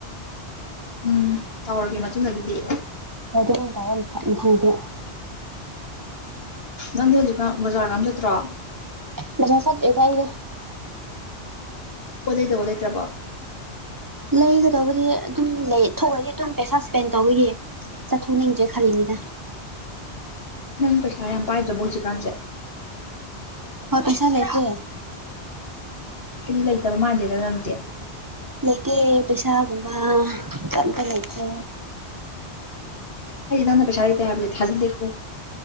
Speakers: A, on the left (about 60°); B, on the right (about 20°).
A: ꯎꯝ ꯇꯧꯔꯒꯦ ꯃꯇꯨꯡꯗꯒꯤꯗꯤ
B: ꯍꯣꯏ ꯑꯗꯨꯃꯥꯏꯅ ꯇꯧꯔꯣ ꯃꯊꯪ ꯃꯊꯪꯗꯤ
A: ꯅꯪꯗꯤ ꯍꯧꯖꯤꯛꯀꯥꯟ ꯕꯖꯥꯔꯒ ꯑꯝꯇ ꯆꯠꯇ꯭ꯔꯣ
B: ꯕꯖꯥꯔ ꯆꯠꯇꯦꯗ ꯑꯩꯗꯣ
A: ꯄꯣꯠ ꯂꯩꯗꯧꯕ ꯂꯩꯇ꯭ꯔꯕꯣ
B: ꯂꯩꯒꯗꯧꯕꯗꯤ ꯑꯗꯨꯝ ꯂꯩ ꯊꯣꯛꯂꯗꯤ ꯑꯗꯨꯝ ꯄꯩꯁꯥ ꯏꯁꯄꯦꯟ ꯇꯧꯕꯒꯤ ꯆꯠꯊꯣꯛꯅꯤꯡꯗ꯭ꯔꯦ ꯈꯜꯂꯤꯅꯤꯗ
A: ꯅꯪ ꯄꯩꯁꯥ ꯌꯥꯝ ꯄꯥꯏꯗ꯭ꯔꯕ꯭ꯔꯣ ꯍꯧꯖꯤꯛꯀꯥꯟꯁꯦ
B: ꯍꯣꯏ ꯄꯩꯁꯥ ꯂꯩꯇꯦ
A: ꯑꯩꯗꯤ ꯂꯩꯇꯕ ꯃꯥꯟꯗꯦꯗ ꯅꯪꯗꯤ
B: ꯂꯩꯇꯦ ꯄꯩꯁꯥꯒꯨꯝꯕ ꯀꯔꯤꯝꯃꯇ ꯂꯩꯇ꯭ꯔꯦ
A: ꯑꯩꯗꯤ ꯅꯪꯅ ꯄꯩꯁꯥ ꯂꯩꯇꯦ ꯍꯥꯏꯕꯁꯤ ꯊꯖꯗꯦꯀꯣ